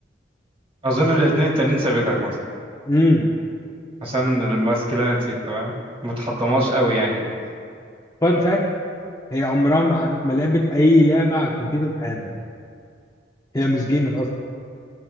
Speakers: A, on the right; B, on the left.
A: اظن الاثنين التانيين ثابتك مثلا
B: امم
A: عشان الماسكلينيتي تمام ما تحطمهاش قوي يعني
B: فان فاكت هي عمرها ما ما لعبت اي لعبه على الكمبيوتر في حياتها هي مش جيمر اصلا